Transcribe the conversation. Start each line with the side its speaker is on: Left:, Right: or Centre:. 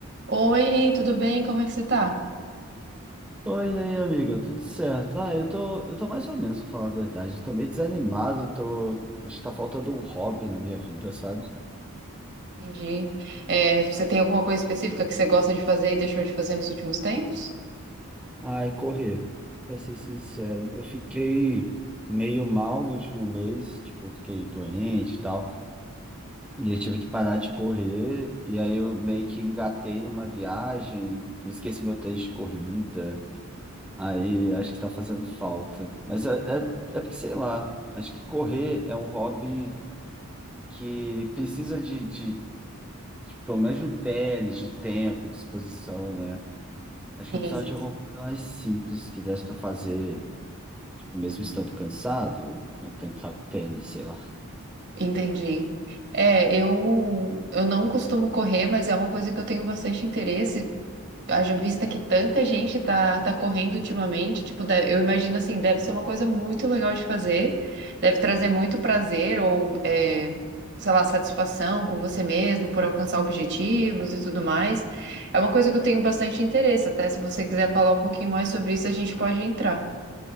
Right: Oi, tudo bem? Como é que você tá?
Centre: Oi, e aí, amiga, tudo certo? Ah, eu tô, eu tô mais ou menos, pra falar a verdade. Tô meio desanimado, tô... Acho que tá faltando um hobby na minha vida, sabe?
Right: Entendi. É, você tem alguma coisa específica que você gosta de fazer e deixou de fazer nos últimos tempos?
Centre: Ai, correr, pra ser sincero. Eu fiquei meio mal no último mês, tipo, fiquei doente e tal. E eu tive que parar de correr, e aí eu meio que engatei numa viagem e esqueci meu tênis de corrida. Aí acho que tá fazendo falta. Mas é, é, é porque, sei lá, acho que correr é um hobby que precisa de, de, de pelo menos de um tênis, de tempo, de disposição, né? Acho
Right: Sim,
Centre: que eu precisava de alguma coisa mais simples que desse para fazer, tipo, mesmo estando cansado, ou não tentar o tênis, sei lá.
Right: entendi. É, eu, eu não costumo correr, mas é uma coisa que eu tenho bastante interesse. Haja vista que tanta gente tá, tá correndo ultimamente, tipo, de- eu imagino assim, deve ser uma coisa muito legal de fazer, deve trazer muito prazer ou, é, sei lá, satisfação com você mesmo por alcançar objetivos e tudo mais. É uma coisa que eu tenho bastante interesse, até se você quiser falar um pouquinho mais sobre isso, a gente pode entrar.